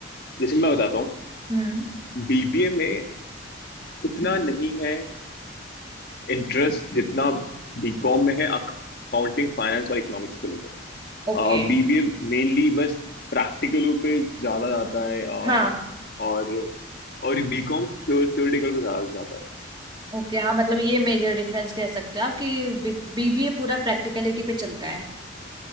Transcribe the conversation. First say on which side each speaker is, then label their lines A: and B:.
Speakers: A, on the left; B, on the right.
A: जैसे मैं बताता हूँ
B: हम्म
A: बीबीए में उतना नहीं है इंटरेस्ट जितना बीकॉम में है अकाउंटिंग फाइनेंस और इकोनॉमिक्स को लेकर
B: ओके
A: बीबीए मेनली बस प्रैक्टिकलों पे ज्यादा जाता है अ,
B: हाँ
A: और और बीकॉम थ्योरेटिकल पे ज्यादा जाता है
B: ओके हाँ मतलब ये मेजर डिफरेंस कह सकते हो आप कि बीबीए पूरा प्रैक्टिकलिटी पे चलता है